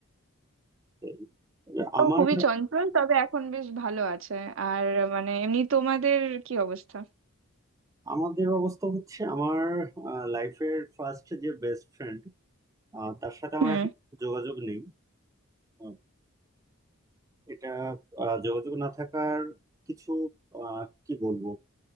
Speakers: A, on the right; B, on the right.
A: এই,
B: তো
A: আমার
B: খুবই চঞ্চল তবে এখন বেশ ভালো আছে আর মানে এমনি তোমাদের কি অবস্থা
A: আমাদের অবস্থা হচ্ছে আমার লাইফের ফার্স্ট যে বেস্ট ফ্রেন্ড আহ, তার সাথে আমার
B: হুম
A: এখন যোগাযোগ নেই আহ, এটা আহ, যোগাযোগ না থাকার কিছু আহ, কি বলবো